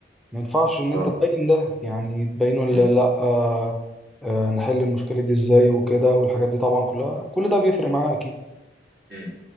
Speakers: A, in the centre; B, on the right.
A: ما ينفعش إن أنت
B: اه
A: تبين ده يعني تبينه لا
B: مم.
A: لأ آه، آه، نحل المشكلة دي إزاي وكده والحاجات دي طبعا كلها كل ده بيفرق معاه أكيد
B: مم.